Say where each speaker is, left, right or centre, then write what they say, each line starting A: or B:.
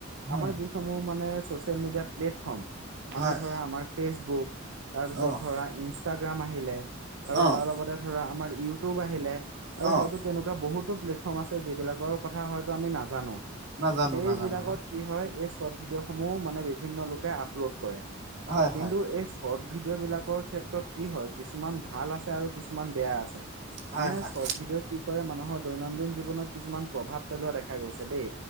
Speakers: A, on the right; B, on the right.
A: হয়,
B: আমাৰ যিসমূহ মানে চচিয়েল মিডিয়া প্লেটফৰ্ম মানে
A: হয়,
B: ধৰা আমাৰ ফেচবুক। তাৰপিছত
A: অ',
B: ধৰা ইনষ্টাগ্ৰাম আহিলে। আৰু
A: অ',
B: তাৰ লগতে ধৰা আমাৰ ইউটিউব আহিলে আৰু
A: অ',
B: হয়তো তেনেকুৱা বহু। বহুতো প্লেতফম আছে যবিলাকৰ কথা হয়তো আমি নাজানো
A: নাজানো,
B: সেইবিলাকত
A: নাজানো,
B: কি হয়। চট ভিডিঅ' সমূহ মানে বিভিন্ন লোকে আপলোড কৰে।
A: হয়,
B: কিন্তু
A: হয়,
B: এই চৰ্ট ভিডিঅ' বিলাকৰ ক্ষেত্ৰত কি হয় কিছুমান ভাল আছে আৰু কিছুমান বেয়া আছে।
A: হয়,
B: মানে
A: হয়,
B: চৰ্ট ভিডিঅ' কি কৰে মানুহৰ দৈনন্দিন জীৱনত কিছুমান প্ৰভাৱ পেলোৱা দেখা গৈছে দেই।